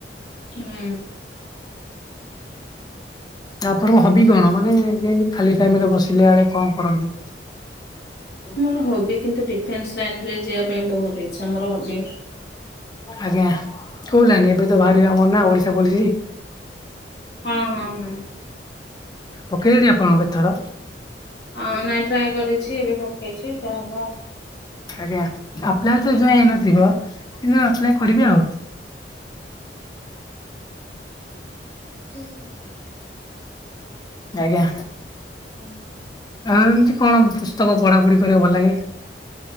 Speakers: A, on the left (about 65°); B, on the left (about 25°).
A: ହୁଁ।
B: ତାପରେ ହବି କଣ ମାନେ ଯେମତି ଖାଲି ଟାଇମରେ ବସିଲା ବେଳେ କଣ କରନ୍ତି?
A: ମୋର ହବି କିନ୍ତୁ ଡିଫେନ୍ସ ଲାଇନରେ ଯିବା ପାଇଁ ବହୁତ ଇଚ୍ଛା ମୋର ହବି।
B: ଆଜ୍ଞା କୁଲାନି ଏବେ ତ ବାହାରିବ ଆମର ନା ଓଡିଶା ପୋଲିସ।
A: ହଁ ହଁ ହଁ।
B: ପକେଇଲେଣି ଆପଣ କେତେ ଥର?
A: ହଁ ନାଇଁ ଟ୍ରାଏ କରିଛି ଏବେ ପକେଇଛି ଯାହା ହବ ଆଉ।
B: ଆଜ୍ଞା ଆପ୍ଲାଏ ତ ଏ ଯାଏଁ ହେଇନଥିବ କିନ୍ତୁ ଆପ୍ଲାଏ କରିବେ ଆଉ।
A: <inaudible> <inaudible>
B: ଆଜ୍ଞା।
A: <inaudible>
B: ଆଉ ଏମିତି କଣ ପୁସ୍ତକ ପଢା ପଢି କରିବାକୁ ଭଲ ଲାଗେ?